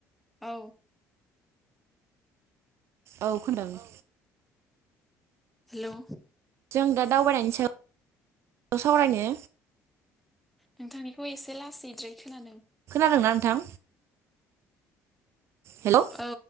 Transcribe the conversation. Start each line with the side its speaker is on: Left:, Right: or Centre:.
Centre: औ
Right: औ खोनादों।
Centre: हेलौ
Right: जों दा दावबायनायनि सायाव सावरायनो
Centre: नोंथांनिखौ एसे लासैद्राय खोनादों।
Right: खोनादोंना नोंथां? हेलौ
Centre: औ